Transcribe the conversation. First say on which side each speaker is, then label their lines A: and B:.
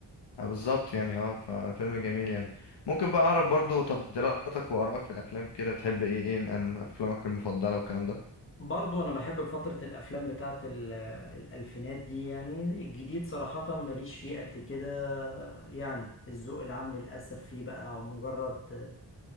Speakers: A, on the left; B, on the left.
A: آه، بالظبط يعني اه ففيلم جميل يعني ممكن بقى أعرف برضو تفضيلاتك وآرائك في الأفلام كده بتحب إيه إيه عن أفلامك المفضلة والكلام ده
B: برضو أنا بحب فترة الأفلام بتاعت ال- الألفينات دي يعني الجديد صراحة ماليش فيه قد كده يعني الذوق العام للأسف فيه بقى مجرد